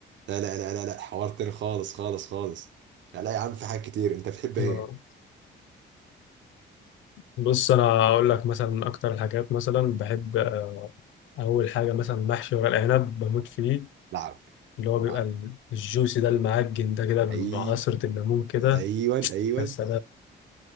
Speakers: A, on the right (about 65°); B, on the left (about 75°).
A: لا لا لا لا لا حوار تاني خالص خالص خالص لا لا يا عم في حاجات كتير أنت بتحب إيه؟
B: آه، بص انا اقول لك مثلا من اكتر الحاجات مثلا بحب آه، اول حاجة مثلا محشي ورق العنب بموت فيه
A: لعب
B: اللي هو بيبقى
A: لعب
B: الجوسي ده المعجن ده كده مع
A: أي
B: عصرة الليمون كده
A: أيوه أيوه
B: بس